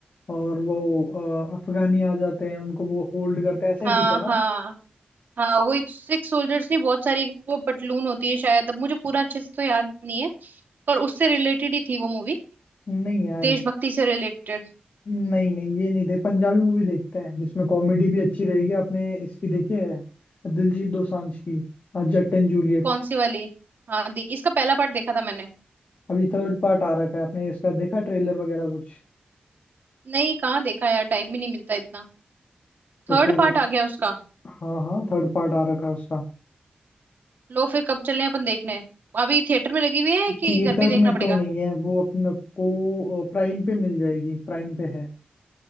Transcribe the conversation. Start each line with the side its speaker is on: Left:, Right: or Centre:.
Left: और वो अ, अफगानी आ जाते हैं उनको वो होल्ड करते हैं ऐसा ही
Right: हाँ
Left: कुछ है ना
Right: हाँ हाँ वो सिक्स सोल्जर्स नहीं बहुत सारी वो पतलून होती है शायद अब मुझे पूरा अच्छे से तो याद नहीं है पर उससे रिलेटेड ही थी वो मूवी
Left: नहीं यार
Right: देशभक्ति से रिलेटेड
Left: नहीं नहीं ये नहीं देख पंजाबी मूवी देखते हैं जिसमें कॉमेडी भी अच्छी रहेगी आपने इसकी देखी है दिलजीत दोसांझ की अ, जट एंड जूलियट
Right: कौन सी वाली हाँ देखी इसका पहला पार्ट देखा था मैंने
Left: अभी थर्ड पार्ट आ रखा है आपने इसका देखा ट्रेलर वगैरह कुछ
Right: नहीं कहाँ देखा यार टाइम ही नहीं मिलता इतना
Left: तो
Right: थर्ड
Left: फिर
Right: पार्ट
Left: इस
Right: आ गया उसका
Left: हाँ हाँ थर्ड पार्ट आ रखा है उसका
Right: लो फिर कब चले अपन देखने अभी थिएटर में लगी हुई है कि
Left: थिएटर
Right: घर पे ही देखना
Left: में
Right: पड़ेगा
Left: तो नहीं है वो अपने को प्राइम पे मिल जाएगी प्राइम पे है